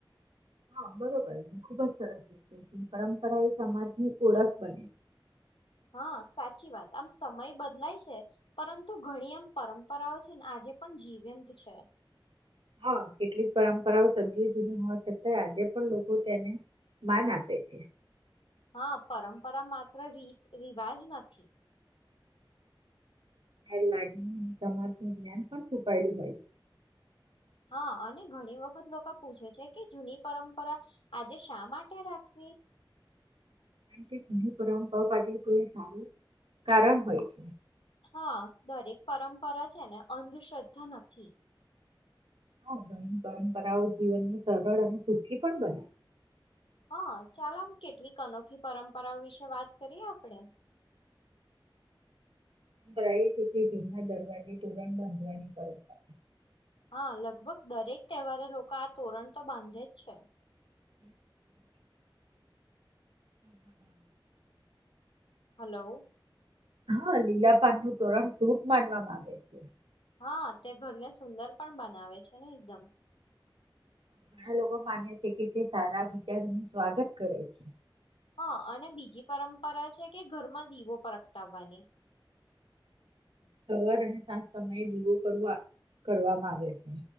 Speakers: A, on the right; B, on the left.
A: હા બરોબર ખુબ જ સરસ રીતે પરંપરા એ સમાજ ની ઓળખ બને.
B: હા સાચી વાત આમ સમય બદલાય છે. પરંતુ ઘણી આમ પરંપરાઓ છે ને આજે પણ પણ જીવ્યંત છે.
A: હા કેટલીક પરંપરાઓ સદીદી જૂની હોવા છતાં આજે પણ લોકો તેને માન આપે છે.
B: હા પરંપરા માત્ર રીત રિવાજ નથી.
A: <unintelligible> સમાજ નું જ્ઞાન પણ છુપાયેલું હોય.
B: <inaudible> હા અને ઘણી વખત લોકો પૂછે છે કે જૂની પરંપરા આજે શા માટે રાખવી?
A: કારણ કે ઘણી પરંપરા પાછળ તો એ સારું કારણ હોય છે.
B: હા દરેક પરંપરા છે ને અંધશ્રદ્ધા નથી.
A: હા ઘણી પરંપરાઓ જીવનને સરળ અને સૂચી પણ બનાવે.
B: હા ચાલ આમ કેટલીક અનોખી પરંપરાઓ વિશે વાત કરીએ આપણેે? <inaudible>
A: પ્રાયથી થી ઘીરનાદરવાજે તોરણ બાંધવાની પરંપરા.
B: હા લગભગ દરેક તહેવારે લોકો આ તોરણ તો બાંધે જ છે.
A: <inaudible> <inaudible>
B: હલો.
A: હા લીલા પાન નું તોરણ શુભ માનવામાં આવે છે.
B: હા તે ઘરને સુંદર પણ બનાવે છે ને એકદમ.
A: ઘણા લોકો માને છે કે તે સારા વિચાર નું સ્વાગત કરે છે.
B: હા અને બીજી પરંપરા છે કે ઘરમાં દીવો પ્રગટાવવાની.
A: સવાર અને સાજ સમયે દીવો કરવ કરવામાં આવે છે.